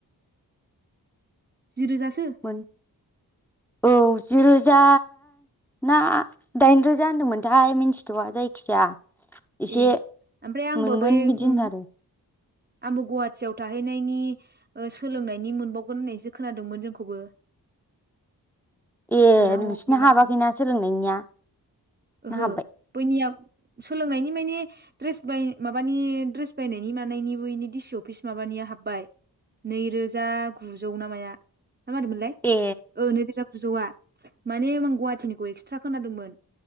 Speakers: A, on the right (about 25°); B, in the centre.
A: जि रोजासो?
B: मोन औ जि रोजा ना दाइन रोजा होनदोंमोनथाय मिन्थिथवा जायखिजाया एसे
A: ए ओमफ्राय आंबो
B: मोनगोन
A: बै
B: बिदि
A: उम
B: होनो आरो
A: आंबो गुवाहाटियाव थाहैनायनि ओ सोलोंनायनि मोनबावगोन होननायसो खोनादोंमोन जोंखौबो।
B: ए
A: दाना ह
B: नोंसोरना
A: गैलादां
B: हाबाखैना सोलोंनायनिया?
A: ओहो
B: ना हाब्बाय?
A: बैनिया सोलोंनायनि माने द्रेस बाय माबानि द्रेस बायनायनि मानायनिबोनि इनि डिसि अफिस माबानिया हाब्बाय नै रोजा गुजौ ना माया। ना मादिमोनलाय
B: ए
A: ओ नैरोजा गुजौआ। माने आं गुवाहाटिनिखौ एक्सट्रा खोनादोंमोन।